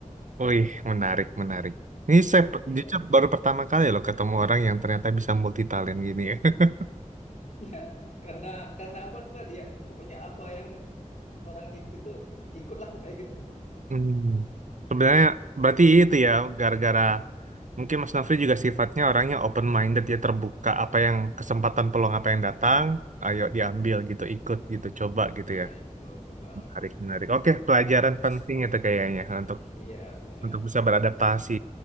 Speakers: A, on the right; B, on the left.
A: Wih, menarik, menarik. Ini saya pe-
B: Iya.
A: jujur
B: <laughs>
A: baru pertama kali loh ketemu orang yang ternyata bisa multitalent gini ya. <laughs>
B: Ya karena karena apa tadi ya pokoknya apa yang orang i- itu ikutlah kayak gitu.
A: Hmm. Sebenarnya berarti itu ya gara-gara mungkin Mas Nafri juga sifatnya orangnya open minded ya terbuka apa yang kesempatan peluang apa yang datang, ayo diambil gitu, ikut gitu, coba gitu
B: Iya
A: ya.
B: ikut coba.
A: Menarik, menarik. Oke, pelajaran penting
B: Eks-
A: itu kayaknya untuk
B: Iya, iya,
A: untuk bisa beradaptasi.